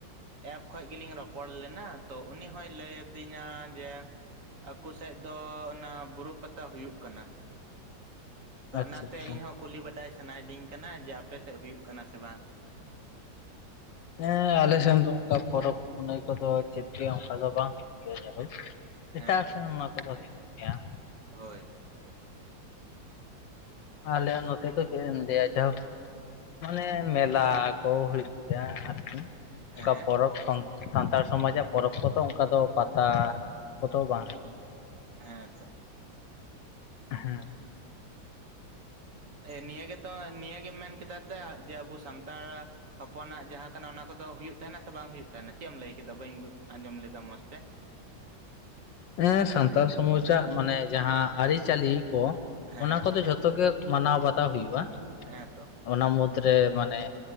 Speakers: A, on the right; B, on the left.
A: ᱮᱯ ᱠᱷᱚᱡ ᱜᱮᱞᱤᱧ ᱨᱚᱯᱚᱲ ᱞᱮᱱᱟ ᱛᱚ ᱩᱱᱤ ᱦᱚᱭ ᱞᱟᱹᱭ ᱟᱹᱫᱤᱧᱟ ᱡᱮ, ᱟᱠᱚ ᱥᱮᱡ ᱫᱚ ᱚᱱᱟ ᱵᱩᱨᱩ ᱯᱟᱛᱟ ᱦᱩᱭᱩᱜ ᱠᱟᱱᱟ ᱾ ᱛᱚ
B: ᱟᱪᱪᱷᱟ
A: ᱚᱱᱟᱛᱮ
B: ᱟᱪᱪᱷᱟ
A: ᱤᱧᱦᱚᱸ ᱠᱩᱞᱤ ᱵᱟᱰᱟᱭ ᱥᱟᱱᱟᱭᱤᱫᱤᱧ ᱠᱟᱱᱟ ᱡᱮ ᱟᱯᱮ ᱥᱮᱫ ᱦᱩᱭᱩᱜ ᱠᱟᱱᱟ ᱥᱮ ᱵᱟᱝ?
B: ᱦᱮᱸ ᱟᱞᱮ ᱥᱮᱱ ᱫᱚ ᱚᱱᱠᱟ ᱯᱚᱨᱚᱵᱽ ᱯᱩᱱᱟᱹᱭ ᱠᱚᱫᱚ ᱪᱮᱫ ᱜᱮ ᱚᱱᱠᱟ ᱫᱚ ᱵᱟᱝ ᱦᱩᱭᱩᱜ ᱜᱮᱭᱟ ᱡᱟᱦᱳᱠ
A: ᱦᱮᱸ
B: ᱮᱴᱟᱜ
A: ᱛᱚ
B: ᱥᱮᱱ ᱚᱱᱟ ᱠᱚᱫᱚ ᱦᱩᱭᱩᱜ ᱜᱮᱭᱟ ᱾
A: ᱦᱳᱭ
B: ᱟᱞᱮᱭᱟᱜ ᱱᱚᱛᱮ ᱫᱚ ᱪᱮᱫᱮᱢ ᱫᱮᱭᱟ ᱡᱟᱦᱳᱠ ᱢᱟᱱᱮ ᱢᱮᱞᱟ ᱠᱚ ᱦᱩᱭᱩᱜ ᱜᱮᱭᱟ ᱟᱨᱠᱤ
A: ᱦᱮᱸ
B: ᱚᱱᱠᱟ ᱯᱚᱨᱚᱵᱽ ᱥᱟᱱᱛᱟᱲ ᱥᱚᱢᱟᱡᱟᱜ ᱯᱚᱨᱚᱵᱽ ᱠᱚᱫᱚ ᱚᱱᱠᱟ ᱫᱚ ᱯᱟᱛᱟ ᱠᱚᱫᱚ ᱵᱟᱝ ᱦᱩᱭᱩᱜᱼᱟ ᱾
A: ᱦᱮᱸᱻ ᱛᱚ
B: ᱦᱮᱸ
A: ᱮ ᱱᱤᱭᱟᱹ ᱜᱮᱛᱚ ᱱᱤᱭᱟᱹ ᱜᱮᱢ ᱢᱮᱱ ᱠᱮᱫᱟ ᱫᱟ ᱡᱮ ᱟᱵᱚ ᱥᱟᱱᱛᱟᱲᱟ ᱦᱚᱯᱚᱱᱟᱜ ᱡᱟᱦᱟᱸ ᱠᱟᱱᱟ ᱚᱱᱟ ᱠᱚᱫᱚ ᱦᱩᱭᱩᱜ ᱛᱟᱦᱮᱱᱟ ᱥᱮ ᱵᱟᱝ ᱦᱩᱭᱩᱜ ᱛᱟᱦᱮᱱᱟ ᱪᱮᱫ ᱮᱢ ᱞᱟᱹᱭ ᱠᱮᱫᱟ ᱵᱟᱹᱧ ᱟᱸᱡᱚᱢ ᱞᱮᱫᱟ ᱢᱚᱡᱽ ᱛᱮ
B: ᱦᱮᱸ ᱥᱟᱱᱛᱟᱞ ᱥᱚᱢᱟᱡᱟᱜ ᱢᱟᱱᱮ ᱡᱟᱦᱟᱸ ᱟᱹᱨᱤᱪᱟᱹᱞᱤ ᱠᱚ,
A: ᱦᱮᱸ
B: ᱚᱱᱟ ᱠᱚᱫᱚ ᱡᱷᱚᱛᱚ ᱜᱮ ᱢᱟᱱᱟᱣ ᱵᱟᱛᱟᱣ ᱦᱩᱭᱩᱜᱼᱟ ᱾
A: ᱦᱮᱸ ᱛᱚ
B: ᱚᱱᱟ ᱢᱩᱫᱽ ᱨᱮ ᱢᱟᱱᱮ